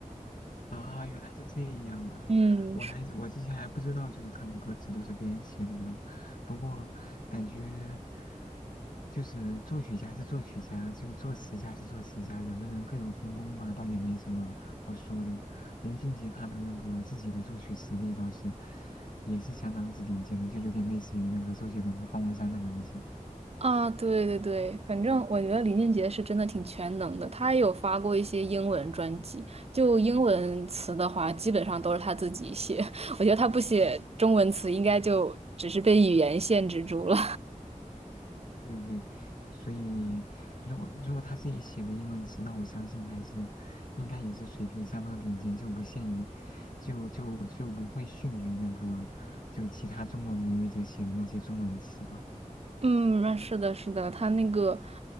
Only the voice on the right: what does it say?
嗯，
啊，对对对，反正我觉得林俊杰是真的挺全能的，
他也有发过一些英文专辑，就英文词的话，基本上都是他自己写。<laughs> 我觉得他不写中文词，应该就只是被语言限制住了。
<laughs> 嗯，那是的，
是的，他那个，